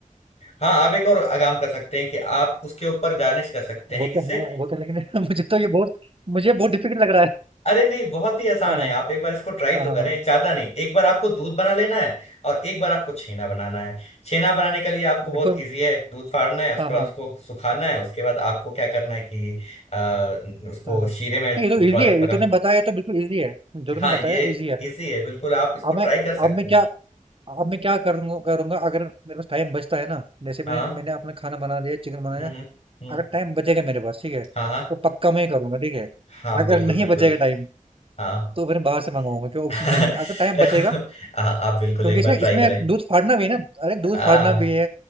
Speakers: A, on the left (about 50°); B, on the right (about 40°).
A: हाँ आप एक और काम कर सकते हैं कि आप उसके ऊपर गार्निश कर सकते हैं
B: वो
A: किससे
B: तो है, वो तो है, लेकिन <laughs> मुझे तो ये बहुत मुझे बहुत डिफिकल्ट लग रहा है।
A: अरे नहीं बहुत ही आसान
B: हाँ,
A: है आप एक बार इसको ट्राई
B: हाँ,
A: तो
B: हाँ,
A: करें
B: हाँ।
A: ज्यादा नहीं एक बार आपको दूध बना लेना है और एक बार आपको छेना बनाना है छेना बनाने के लिए आपको बहुत
B: बिल्कुल।
A: इजी है दूध फाड़ना है उसके
B: हाँ, हाँ,
A: बाद उसको सुखाना है उसके बाद आपको क्या करना है कि आ, उसको
B: हाँ, हाँ। नहीं,
A: शीरे में
B: ये
A: थोड़ा
B: तो इजी
A: देर
B: है।
A: पका
B: ये तूने बताया तो बिल्कुल इजी है। जो तूने
A: हाँ ये
B: बताया इजी है।
A: इजी है बिल्कुल आप इसको
B: अब
A: ट्राई
B: मैं
A: कर सकते
B: अब मैं
A: हैं
B: क्या अब मैं क्या करूंगा करूंगा अगर मेरे पास टाइम बचता है ना जैसे
A: हाँ
B: मैंने मैंने अपना खाना बना लिया चिकन बनाया
A: हम्म हम्म हम्म,
B: अगर टाइम बचेगा मेरे पास ठीक है तो
A: हाँ हाँ
B: पक्का मैं ही करूंगा ठीक है
A: हाँ
B: अगर
A: बिल्कुल
B: नहीं
A: बिल्कुल
B: बचेगा टाइम
A: हाँ
B: तो फिर बाहर से मंगाऊंगा क्यों ऑप्शन
A: <laughs>
B: है ही नहीं अगर टाइम
A: हाँ,
B: बचेगा
A: आप बिल्कुल
B: क्योंकि
A: एक बार
B: इसमें
A: ट्राई
B: इसमें
A: करें
B: दूध फाड़ना भी है ना अरे दूध
A: आ,
B: फाड़ना भी है